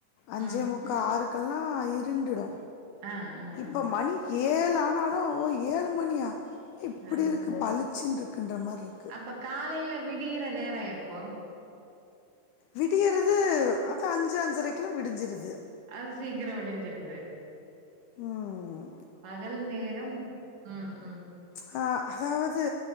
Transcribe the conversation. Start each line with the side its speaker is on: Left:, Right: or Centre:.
Left: அஞ்சே
Right: ம்
Left: முக்கா ஆறு கல்லா இருண்டுடு
Right: ஆஹ் ம்
Left: போ மணி ஏழானாலு ஓ ஏழு மணியா இப்பிடி
Right: ஆ
Left: இருக்கு பளு ச்சின்ருக்குன்ற மாரிருக்
Right: அப்ப காலையில விடியிற நேரோ எப்போ
Left: விடியிறது அது அஞ்சு அஞ்சரைக்லா விடிஞ்சிருது
Right: அது சீக்கரோ விடிஞ்சிருது
Left: உம்
Right: பகல் நேரம் ம் ம்
Left: ஹா அதாவது